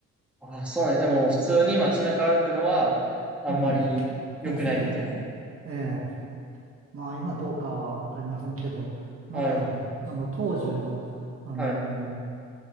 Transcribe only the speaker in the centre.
あ、そうなんや。え、もう普通に街中歩くのは、あんまり良くないみたいな。
はい。
はい。